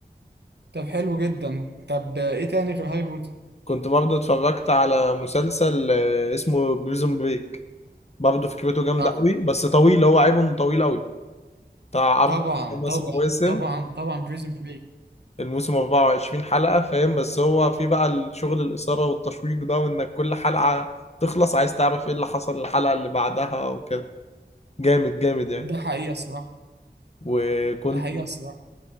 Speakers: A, on the right (about 70°); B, on the left (about 35°).
A: طب حلو جدا طب ايه تاني غير هاري بوتر
B: كنت برضه اتفرجت على مسلسل آه، اسمه بريزون بريك برضه فكرته جامده
A: آه،
B: قوي بس طويل هو عيبه انه طويل قوي بتاع عبد
A: طبعا
B: كان اسمه
A: طبعا
B: وسم
A: طبعا طبعا بريزن بريك
B: الموسم 24 حلقه فاهم بس هو في بقى الشغل الاثاره والتشويق ده وانك كل حلقه تخلص عايز تعرف ايه اللي حصل الحلقه اللي بعدها وكده جامد جامد يعني
A: ده حقيقة الصراحة
B: وكنت
A: ده حقيقة الصراحة